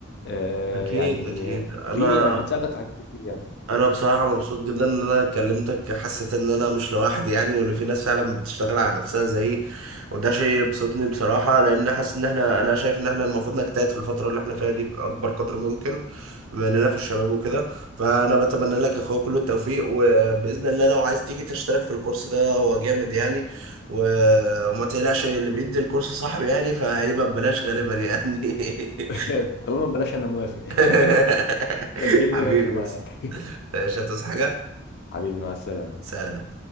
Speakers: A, on the left; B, on the right.
A: آه،
B: اكيد
A: يعني
B: اكيد انا
A: في بتساعدك في حاجات كتير يعني
B: انا بصراحه مبسوط جدا ان انا كلمتك حسيت ان انا مش لوحدي يعني وان في ناس فعلا بتشتغل على نفسها زيي وده شيء يبسطني بصراحه لان حاسس ان احنا انا شايف ان احنا المفروض نجتهد في الفتره اللي احنا فيها دي باكبر قدر ممكن بما اننا في الشباب وكده فانا بتمنى لك يا اخويا كل التوفيق وباذن الله لو عايز تيجي تشترك في الكورس ده هو جامد يعني و- وما تقلقش اللي بيدي الكورس صاحبي يعني فهيبقى ببلاش غالبا يعني <laughs>
A: <laughs> طالما ببلاش انا موافق
B: <laughs> حبيبي
A: <laughs> سجل
B: حبيبي
A: لي يا باشا معاك
B: يا اسطى مش هتصحى حاجة
A: <laughs> حبيبي مع السلامة
B: سلام